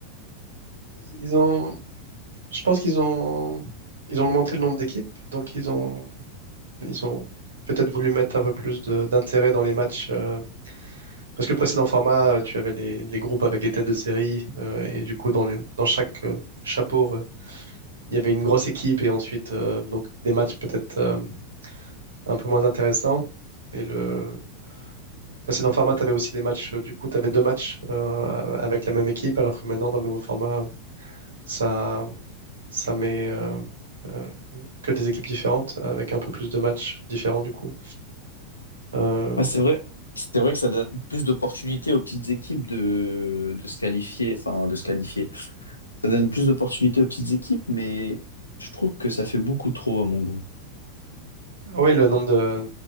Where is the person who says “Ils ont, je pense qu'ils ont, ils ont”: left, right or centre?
Right